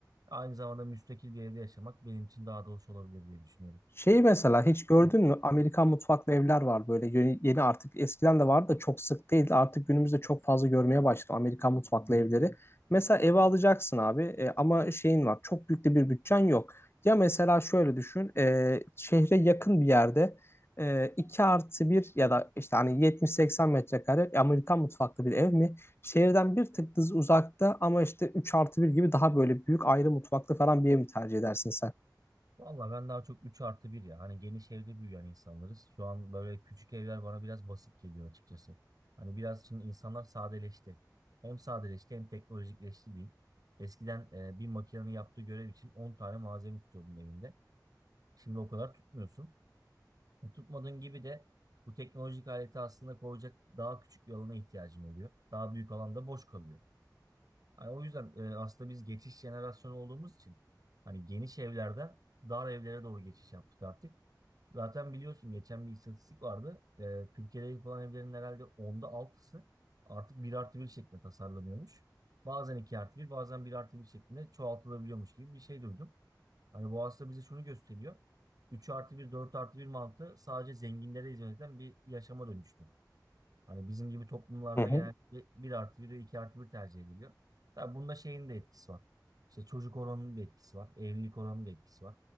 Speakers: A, on the right; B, on the left.
A: aynı zamanda müstakil bir evde yaşamak benim için daha da hoş olabilir diye düşünüyorum.
B: Şeyi mesela hiç gördün
A: Hı.
B: mü? Amerikan mutfaklı evler var böyle yeni, yeni artık eskiden de vardı da çok sık değil artık günümüzde çok fazla görmeye başladı Amerikan mutfaklı evleri. Mesela eve alacaksın abi e, ama şeyin var çok büyük de bir bütçen yok. Ya mesela şöyle düşün e, şehre yakın bir yerde e, 2 artı bir ya da işte hani 70-80 metrekare Amerikan mutfaklı bir ev mi? Şehirden bir tık düz uzakta ama işte 3 artı bir gibi daha böyle büyük ayrı mutfaklı falan bir ev mi tercih edersin sen?
A: Vallahi ben daha çok 3 artı bir ya. Hani geniş evde büyüyen insanlarız. Şu an böyle küçük evler bana biraz basit geliyor açıkçası. Hani biraz şimdi insanlar sadeleşti. Hem sadeleşti hem teknolojikleşti diyeyim. Eskiden e, bir makinenin yaptığı görev için 10 tane malzeme tutuyordun evinde. Şimdi o kadar tutmuyorsun. E, tutmadığın gibi de bu teknolojik aleti aslında koyacak daha küçük bir alana ihtiyacın oluyor. Daha büyük alanda boş kalıyor. Hani o yüzden e, aslında biz geçiş jenerasyonu olduğumuz için hani geniş evlerden dar evlere doğru geçiş yaptık artık. Zaten biliyorsun geçen bir istatistik vardı. Ee, Türkiye'de yapılan evlerin herhalde onda altısı artık 1 artı 1 şeklinde tasarlanıyormuş. Bazen 2 artı 1 bazen 1 artı 1 şeklinde çoğaltılabiliyormuş gibi bir şey duydum. Hani bu aslında bize şunu gösteriyor. 3 artı 1 4 artı 1 mantığı sadece zenginlere hizmet eden bir yaşama dönüştü. Hani bizim gibi toplumlarda
B: Hı hı.
A: genellikle bir artı 1 ve 2 artı bir tercih ediliyor. Tabii bunda şeyin de etkisi var. İşte çocuk oranının bir etkisi var. Evlilik oranının da etkisi var.